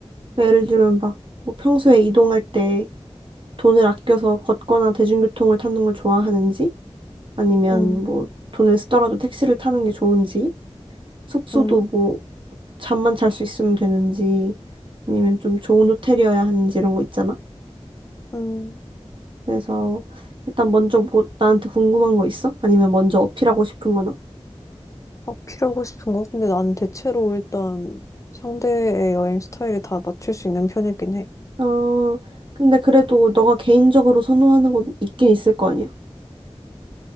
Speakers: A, on the right; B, on the left.
A: 그러니까 예를 들면 막 뭐 평소에 이동할 때 돈을 아껴서 걷거나 대중교통을 타는 걸 좋아하는지 아니면
B: 음,
A: 뭐 돈을 쓰더라도 택시를 타는 게 좋은지 숙소도
B: 음,
A: 뭐 잠만 잘 수 있으면 되는지 아니면 좀 좋은 호텔이어야 하는지 이런 거 있잖아.
B: 음.
A: 그래서 일단 먼저 뭐 나한테 궁금한 거 있어? 아니면 먼저 어필하고 싶은 거나?
B: 어, 필요하고 싶은 거? 근데 난 대체로 일단 상대의 여행 스타일이 다 맞출 수 있는 편이긴 해.
A: 어, 근데 그래도 너가 개인적으로 선호하는 건 있긴 있을 거 아니야.